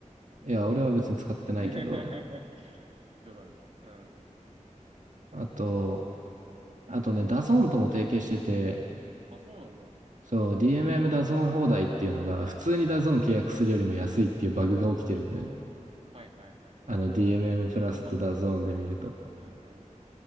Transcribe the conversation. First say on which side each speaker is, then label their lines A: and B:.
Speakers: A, on the right; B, on the right.
A: いや、俺は別に使ってないけど、
B: <laughs> 冗談です。うん。
A: あと、あとね、ダゾーンとも提携してて、
B: あ、そうなんだ。は
A: そう、DMM ダゾーン放題っていうのが、普通にダゾーン契約するよりも安いっていうバグが起きてるんだよね。
B: いはいはいはい。
A: あの、DMM プラスとダゾーンで見ると。
B: リコなのね。うんうん。